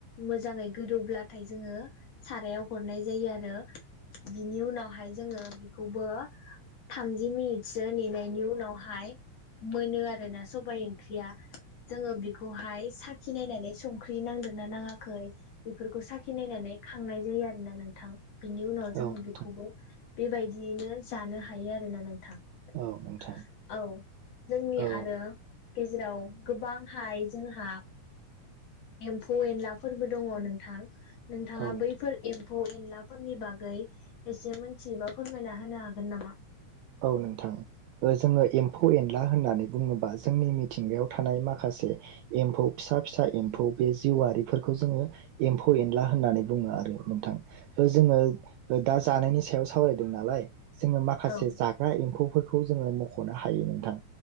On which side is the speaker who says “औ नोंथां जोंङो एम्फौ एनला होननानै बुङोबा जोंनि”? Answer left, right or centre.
Right